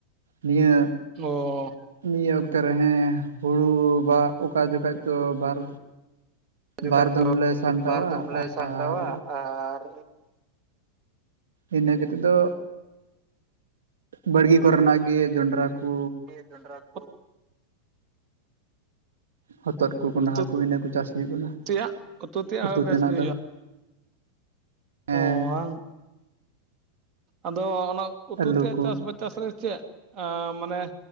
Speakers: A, on the right; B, on the right.
A: ᱱᱤᱭᱟᱹ
B: ᱚᱻ
A: ᱱᱤᱭᱟᱹ ᱚᱠᱛᱚ ᱨᱮ ᱦᱮᱸ ᱦᱩᱲᱩ ᱵᱟ ᱚᱠᱟ ᱡᱚᱠᱷᱡ ᱛᱚ ᱵᱟᱨ
B: ᱡᱚᱠᱷᱟᱡ
A: ᱵᱟᱨ ᱫᱚᱢ
B: ᱫᱚ
A: ᱞᱮ ᱥᱟᱢᱴᱟᱣᱟ
B: ᱵᱟᱨ ᱫᱚᱢ ᱞᱮ ᱥᱟᱢᱴᱟᱣᱟ
A: ᱟᱨ
B: ᱟᱨ
A: ᱤᱱᱟᱹ ᱠᱟᱛᱮ ᱫᱚ ᱵᱟᱲᱜᱮ ᱠᱚᱨᱮᱱᱟᱜ ᱜᱮ ᱡᱚᱱᱰᱨᱟ ᱠᱚ
B: ᱡᱚᱱᱰᱨᱟ ᱠᱚ
A: ᱦᱚᱛᱚᱫ ᱠᱚ ᱠᱚᱸᱰᱟ
B: ᱩᱛᱩ
A: ᱠᱚ ᱤᱱᱟᱹ ᱠᱩ ᱪᱟᱥ ᱦᱩᱭᱩᱜ ᱠᱟᱱᱟ
B: ᱛᱮᱭᱟᱜ ᱛᱮᱭᱟᱜ
A: ᱩᱛᱩ
B: ᱦᱚᱸ ᱵᱮᱥ
A: ᱛᱮᱱᱟᱜ
B: ᱜᱮ ᱦᱩᱭᱩᱜᱼᱟ
A: ᱫᱚ ᱦᱮᱸ
B: ᱚ ᱵᱟᱝ ᱟᱫᱚ ᱚᱱᱟ ᱩᱛᱩ
A: ᱟᱹᱞᱩ
B: ᱛᱮᱭᱟᱜ
A: ᱠᱚ
B: ᱪᱟᱥ ᱪᱟᱥᱨᱮ ᱪᱮᱫ ᱟᱸ ᱢᱟᱱᱮ